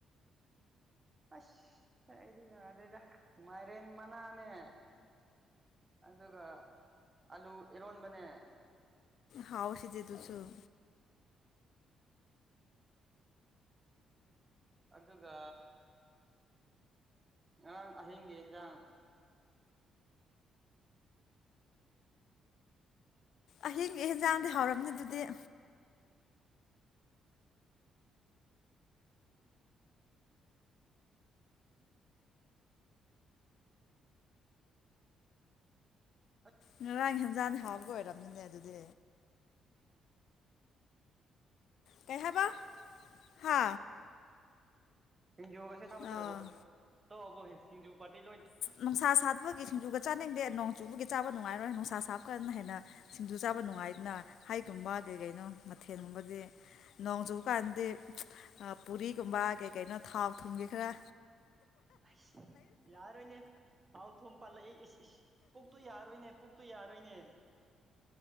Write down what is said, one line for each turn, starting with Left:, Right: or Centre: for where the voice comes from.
Right: ꯑꯁ ꯑꯩꯗꯤ ꯌꯥꯔꯦꯗ ꯃꯥꯏꯔꯦꯟ ꯃꯅꯥꯅꯦ ꯑꯗꯨꯒ ꯑꯂꯨ ꯏꯔꯣꯟꯕꯅꯦ
Left: ꯍꯥꯎꯋꯤꯁꯤꯗꯤ ꯗꯨꯁꯨ
Right: ꯑꯗꯨꯒ ꯉꯔꯥꯡ ꯑꯍꯤꯡꯒꯤ ꯏꯟꯖꯥꯡ
Left: ꯑꯍꯤꯡꯒꯤ ꯍꯦꯟꯖꯥꯡꯗꯤ ꯍꯥꯎꯔꯝꯅꯤ ꯗꯨꯗꯤ
Right: <unintelligible> <unintelligible> ꯑꯩꯅꯥ
Left: ꯉꯔꯥꯡꯒꯤ ꯍꯦꯟꯖꯥꯡꯗꯤ ꯍꯥꯎꯕꯒ ꯑꯣꯏꯔꯝꯅꯤꯅꯦ ꯑꯗꯨꯗꯤ ꯀꯩ ꯍꯥꯏꯕ ꯍꯥ
Right: ꯁꯤꯡꯖꯨꯒꯁꯦ ꯁꯥꯥꯕꯠꯇ꯭ꯔꯕꯣ
Left: ꯑꯥ
Right: ꯇꯣꯛꯑꯕꯣ ꯁꯤꯡꯖꯨ ꯄꯥꯔꯇꯤ ꯂꯣꯠ__
Left: ꯅꯨꯡꯁꯥ ꯁꯥꯗꯕꯒꯤ ꯁꯤꯡꯖꯨꯒ ꯆꯥꯅꯤꯡꯗꯦ ꯅꯣꯡ ꯆꯨꯕꯒꯤ ꯆꯥꯕ ꯅꯨꯡꯉꯥꯏꯔꯣꯏ ꯅꯨꯡꯁꯥ ꯁꯥꯕ ꯀꯥꯟꯗ ꯍꯦꯟꯅ ꯁꯤꯡꯖꯨ ꯆꯥꯕ ꯅꯨꯡꯉꯥꯏꯗꯅ ꯍꯩꯒꯨꯝꯕ ꯒꯩ ꯒꯩꯅꯣ ꯃꯊꯦꯜ ꯒꯨꯝꯕꯗꯤ ꯅꯣꯡ ꯆꯨꯕ ꯀꯥꯟꯗꯤ ꯑꯥ ꯄꯨꯔꯤꯒꯨꯝꯕ ꯀꯩ ꯀꯩꯅꯣ ꯊꯥꯎ ꯊꯨꯝꯒꯤ ꯈꯔꯥ
Right: ꯑꯁ ꯌꯥꯔꯣꯏꯅꯦ ꯍꯥꯎ ꯊꯨꯝ ꯄꯥꯜꯂꯛꯏ ꯏꯁ ꯏꯁ ꯄꯨꯛꯇꯨ ꯌꯥꯔꯣꯏꯅꯦ ꯄꯨꯛꯇꯨ ꯌꯥꯔꯣꯏꯅꯦ